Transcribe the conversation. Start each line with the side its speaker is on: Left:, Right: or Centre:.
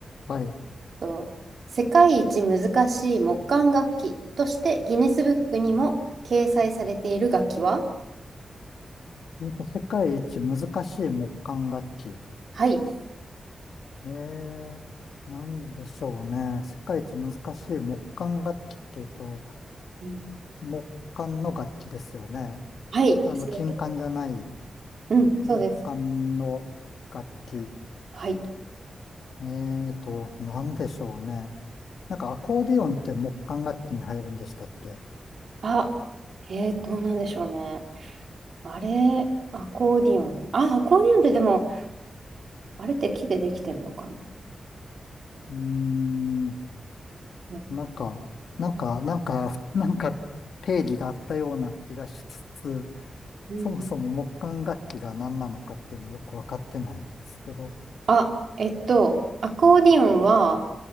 Left: はい。
Right: と、世界一難しい木管楽器としてギネスブックにも掲載されている楽器は
Left: えっと、世界一難しい木管楽器。
Right: はい。
Left: えー、なんでしょうね。世界一難しい木管楽器っていうと、
Right: うん、
Left: 木管の楽器ですよね。
Right: はい。
Left: あの、
Right: そうです。
Left: 金管じゃない
Right: うん、
Left: 木管の楽器。
Right: そうです。はい。
Left: えーと、なんでしょうね。なんかアコーディオンって木管楽器に入るんでしたっけう
Right: あ、えー、どうなんでしょうね。あれ、アコーディオン。あ、アコーディオンってでも、あれって木でできてるのかな
Left: ーん。
Right: うん
Left: なんか、なんか、なんか、<laughs> なんか定義があったような気がしつつ、
Right: うん
Left: そもそも木管楽器が何なのかっていうのはよくわかってないですけど、
Right: あ、えっと、アコーディオンは、